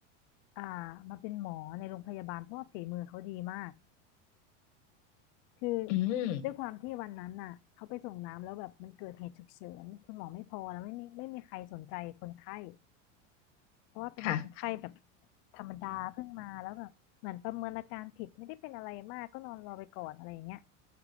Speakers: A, on the left; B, on the left.
A: อ่ามาเป็นหมอในโรงพยาบาลเพราะว่าฝีมือเขาดีมาก คือ
B: อืม
A: ด้วยความที่วันนั้นน่ะเขาไปส่งน้ำแล้วแบบมันเกิดเหตุฉุกเฉินคุณหมอไม่พอแล้วไม่มีไม่มีใครสนใจคนไข้เพราะว่าเป็นคนไข้แบบ
B: ค่ะ
A: ธรรมดาเพิ่งมาแล้วแบบเหมือนประเมินอาการผิดไม่ได้เป็นอะไรมากก็นอนรอไปก่อนอะไรอย่างเงี้ย